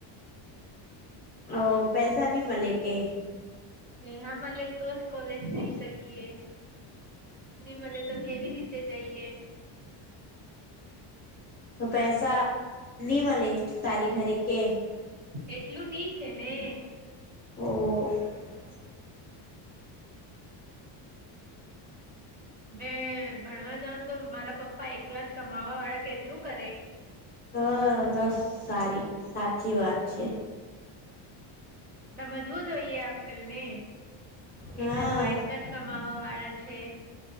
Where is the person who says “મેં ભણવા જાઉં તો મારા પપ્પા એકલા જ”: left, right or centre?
Right